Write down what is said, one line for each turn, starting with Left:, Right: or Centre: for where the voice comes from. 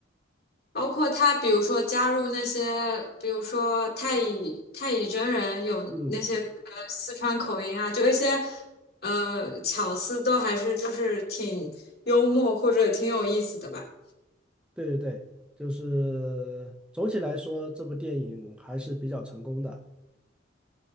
Left: 包括他，比如说加入那些，比如说太乙太乙真人有那些呃四川口音啊，
Centre: 嗯，
Left: 就一些呃巧思都还是就是挺幽默或者挺有意思的吧。
Centre: 对对对，就是总体来说，这部电影还是比较成功的。